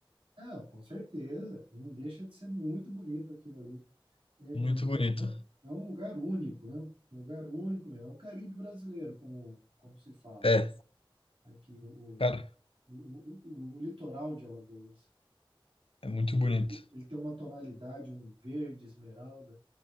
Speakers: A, on the right; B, on the left.
A: Ah, com certeza. Não deixa de ser muito bonito aquilo ali. É, é,
B: Muito bonito.
A: é um é um é um lugar único, né? Um lugar único mesmo. É o Caribe brasileiro, como, como se fala.
B: É,
A: né? Aqui, o, o,
B: cara,
A: o, o o litoral de Alagoas.
B: é muito bonito.
A: Ele tem uma tonalidade, um verde esmeralda